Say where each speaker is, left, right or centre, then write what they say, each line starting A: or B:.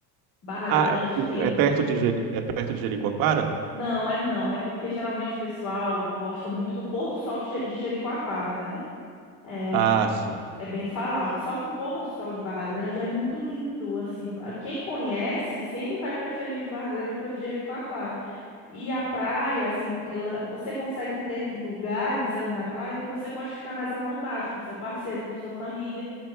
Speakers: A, on the left (about 50°); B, on the right (about 75°).
A: Barra Grande
B: Ah, o-
A: tem...
B: é perto de, Jeri- é perto de Jericoacoara?
A: Não, é não, é porque geralmente o pessoal gosta muito do pôr do sol do Je- de Jericoacoara, né? É,
B: Ah, sim.
A: É bem falado. Só que o pôr do sol de Barra Grande é muito lindo, assim. a- Quem conhece sempre vai preferir o de Barra Grande do que o de Jericoacoara. E a praia, assim, ela, você consegue ter lugares ali na praia que você pode ficar mais à vontade com seu parceiro, com sua família.